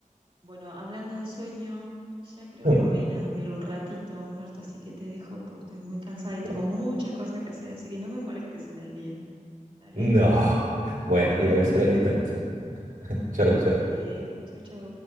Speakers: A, on the right; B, on the right.
A: Bueno, hablando de sueño, ya creo
B: <laughs>
A: que me voy a ir a dormir un ratito, Humberto, así que te dejo porque estoy muy cansada y tengo
B: Guau.
A: muchas cosas que hacer, así que no me molestes en el día. Dale,
B: No. Bueno,
A: <laughs>
B: ya voy a hacer el intento. <laughs> Chao, chao.
A: dale. Chau, chau.